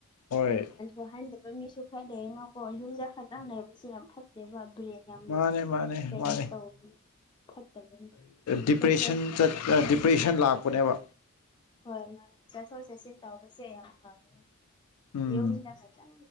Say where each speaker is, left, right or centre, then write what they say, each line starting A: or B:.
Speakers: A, on the left; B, on the left.
A: ꯍꯣꯏ
B: ꯑꯣ ꯍꯥꯏꯟꯗꯕ ꯃꯤꯁꯨ ꯈꯔ ꯂꯩꯅꯀꯣ ꯌꯨꯝꯗ ꯈꯛꯇꯪ ꯂꯩꯕꯁꯦ ꯌꯥꯝ ꯐꯠꯇꯦꯕ ꯌꯥꯝꯂꯁ
A: ꯃꯥꯅꯦ ꯃꯥꯅꯦ
B: ꯀꯩꯅꯣ
A: ꯃꯥꯅꯦ
B: ꯇꯧꯕꯅꯦ ꯐꯠꯇꯕꯅꯦ
A: ꯗꯤꯄ꯭ꯔꯦꯁꯟ
B: ꯆꯠꯊꯣꯛ
A: ꯗꯤꯄ꯭ꯔꯦꯁꯟ ꯂꯥꯛꯄꯅꯦꯕ
B: ꯍꯣꯏ ꯃꯥ ꯆꯠꯊꯣꯛ ꯆꯠꯁꯤꯟ ꯇꯧꯔꯁꯦ ꯌꯥꯝ ꯐꯪ
A: ꯎꯝ
B: ꯌꯣꯗ ꯎ